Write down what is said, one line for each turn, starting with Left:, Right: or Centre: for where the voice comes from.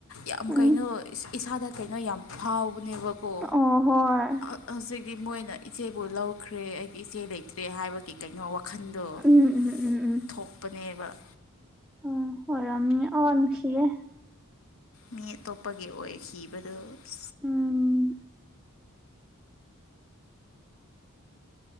Left: ꯌꯥꯝ
Centre: ꯎꯝ
Left: ꯀꯩꯅꯣ ꯏꯁ ꯏꯁꯥꯗ ꯀꯩꯅꯣ ꯌꯥꯝ ꯐꯥꯎꯕꯅꯦꯕꯀꯣ
Centre: ꯑꯣ ꯍꯣꯏ
Left: ꯑꯥ ꯍꯧꯖꯤꯛꯇꯤ ꯃꯣꯏꯅ ꯏꯆꯦꯕꯨ ꯂꯧꯈ꯭ꯔꯦ ꯑꯩꯒꯤ ꯏꯆꯦ ꯂꯩꯇ꯭ꯔꯦ ꯍꯥꯏꯕꯒꯤ ꯀꯩꯅꯣ ꯋꯥꯈꯟꯗꯣ
Centre: ꯎꯝ ꯎꯝ ꯎꯝ ꯎꯝ
Left: ꯊꯣꯛꯄꯅꯦꯕ
Centre: ꯎꯝ ꯑꯣꯏꯔꯝꯅꯤ ꯑꯣ ꯅꯨꯡꯁꯤꯌꯦ ꯫
Left: ꯃꯤ ꯑꯇꯣꯞꯄꯒꯤ ꯑꯣꯏ ꯈꯤꯕꯗꯣ ꯫
Centre: ꯎꯝ